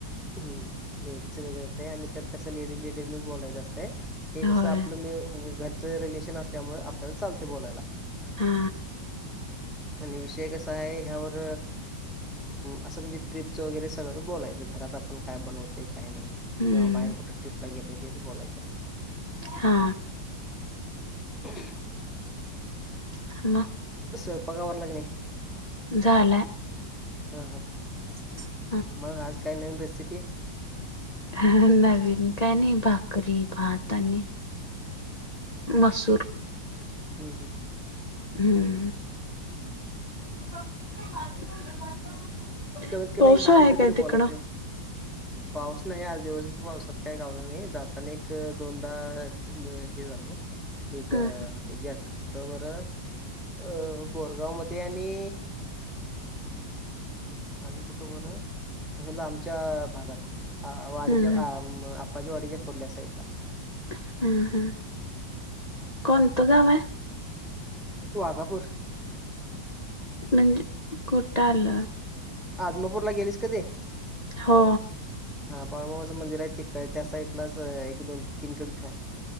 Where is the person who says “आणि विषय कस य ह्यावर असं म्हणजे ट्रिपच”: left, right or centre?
Centre